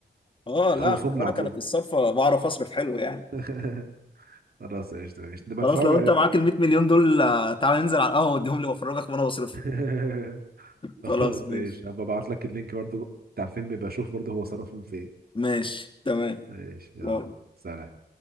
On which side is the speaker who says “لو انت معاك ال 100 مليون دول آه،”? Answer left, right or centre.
Left